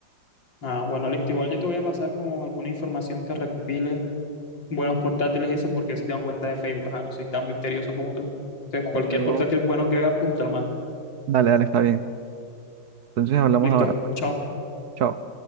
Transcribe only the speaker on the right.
Yo,
dale, dale, está bien. Entonces hablamos
ahora, pues.
Chao.